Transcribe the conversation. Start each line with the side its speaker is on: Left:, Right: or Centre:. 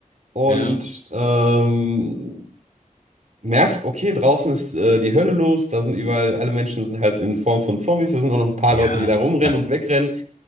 Right: und
Left: Ja.
Right: ähm, merkst, okay, draußen ist äh, die Hölle los, da sind überall, alle Menschen sind halt in Form von Zombies, da sind auch noch ein paar
Left: Ja,
Right: Leute, die da rumrennen
Left: ach,
Right: und wegrennen.